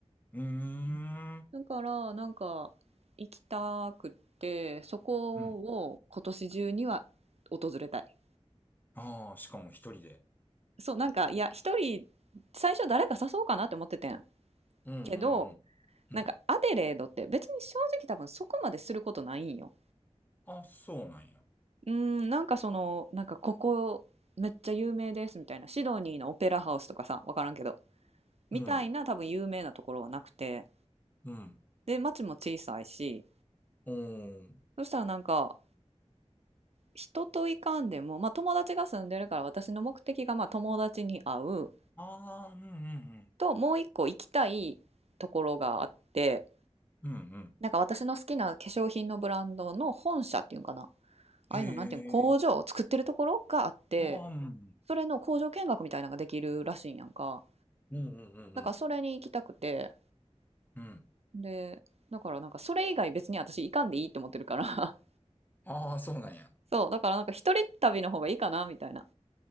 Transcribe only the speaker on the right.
だから、なんか、行きたくって、そこを今年中には訪れたい。
そう、なんか、いや、一人、最初誰か誘おうかなって思っててん。
けど、
なんか、アデレードって別に正直多分そこまですることないんよ。
うーん、なんかその、なんかここ、めっちゃ有名ですみたいなシドニーのオペラハウスとかさ分からんけどみたいな多分有名なところはなくて
で町も小さいし
そしたらなんか人といかんでも、まあ、友達が住んでるから私の目的がまあ友達に会う
ともう一個行きたいところがあって
なんか私の好きな化粧品のブランドの本社っていうんかな
ああいうのなんていうの工場を作ってるところがあって
それの工場見学みたいなのができるらしいんやんか
だからそれに行きたくて
でだからなんかそれ以外別に私行かんでいいって思ってるから
そう、だからなんか一人旅の方がいいかなみたいな。